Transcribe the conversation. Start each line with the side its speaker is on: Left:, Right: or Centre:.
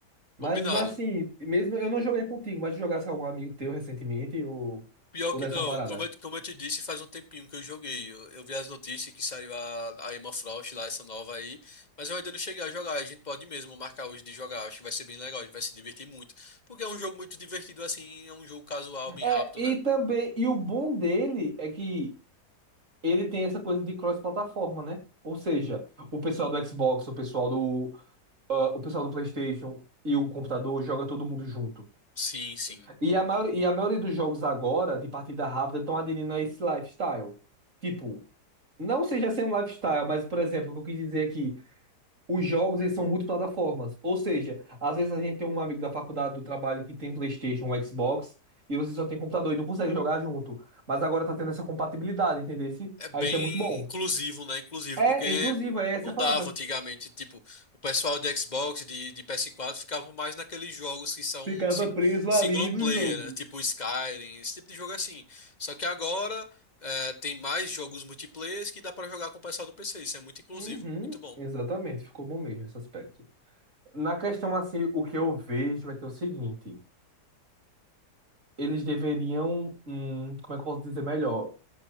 Right: Mas
Left: Combinado.
Right: assim, mesmo eu não joguei contigo, mas se jogasse com algum amigo teu recentemente, ou,
Left: Pior
Right: ou
Left: que
Right: desse
Left: não,
Right: uma parada.
Left: como eu, como eu te disse, faz um tempinho que eu joguei. Eu, eu vi as notícias que saiu a, a Emma Frost lá, essa nova aí, mas eu ainda não cheguei a jogar. A gente pode mesmo marcar hoje de jogar, acho que vai ser bem legal, a gente vai se divertir muito. Porque é um jogo muito divertido assim, é um jogo casual, bem
Right: É,
Left: rápido,
Right: e
Left: né?
Right: também, e o bom dele é que ele tem essa coisa de cross-plataforma, né? Ou seja, o pessoal do Xbox, o pessoal do, ah, o pessoal do PlayStation e o computador joga todo mundo junto.
Left: Sim, sim.
Right: E a maior, e a maioria dos jogos agora, de partida rápida, estão aderindo a esse lifestyle. Tipo, não seja sem um lifestyle, mas, por exemplo, o que eu quis dizer aqui, os jogos eles são multiplataformas. Ou seja, às vezes a gente tem um amigo da faculdade do trabalho que tem PlayStation, um Xbox, e você só tem computador e não consegue jogar junto. Mas agora tá tendo essa compatibilidade, entendeu?
Left: É bem
Right: Aí isso é muito bom.
Left: inclusivo, né? Inclusivo,
Right: É,
Left: porque
Right: inclusive, é essa
Left: não
Right: a palavra.
Left: dava antigamente. Tipo, o pessoal de Xbox, de, de PS4, ficavam mais naqueles jogos que são
Right: Ficava
Left: sing-
Right: preso
Left: single
Right: ali no
Left: player,
Right: jogo.
Left: né? Tipo Skyrim, esse tipo de jogo assim. Só que agora é, tem mais jogos multiplayer que dá pra jogar com o pessoal do PC. Isso é muito inclusivo.
Right: Uhum,
Left: Muito bom.
Right: exatamente, ficou bom mesmo esse aspecto. Na questão assim, o que eu vejo é que é o seguinte, eles deveriam, hum, como é que eu posso dizer melhor?